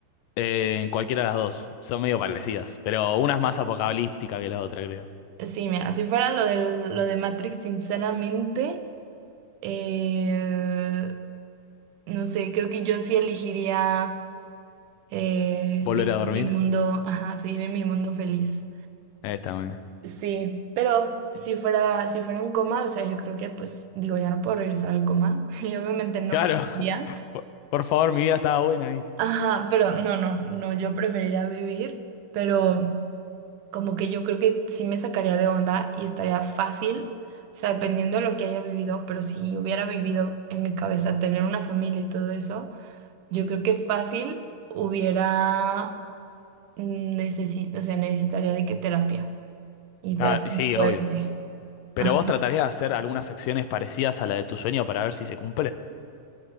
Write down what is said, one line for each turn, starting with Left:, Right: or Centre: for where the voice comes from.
Left: Eh, en cualquiera de las dos. Son medio parecidas, pero una es más apocalíptica que la otra, creo.
Right: Sí, mira, si fuera lo de, lo de Matrix, sinceramente, eh, no sé, creo que yo sí elegiría... eh,
Left: ¿Volver
Right: seguir
Left: a dormir?
Right: en mi mundo, ajá, seguir en mi mundo feliz.
Left: Esta, mía.
Right: Sí, pero si fuera, si fuera un coma, o sea, yo creo que pues digo, ya no puedo regresar al coma <laughs> y obviamente no
Left: Claro.
Right: me gustaría.
Left: <laughs> Por, por favor, mi vida estaba buena ahí.
Right: Ajá, pero no, no, no, yo preferiría vivir, pero como que yo creo que sí me sacaría de onda y estaría fácil, o sea, dependiendo de lo que haya vivido, pero si hubiera vivido en mi cabeza tener una familia y todo eso, yo creo que fácil hubiera Necesito, o sea, necesitaría de qué terapia. Y
Left: Claro,
Right: terapia
Left: sí,
Right: fuerte.
Left: obvio. Pero
Right: Ajá.
Left: vos tratarías de hacer algunas acciones parecidas a la de tu sueño para ver si se cumple.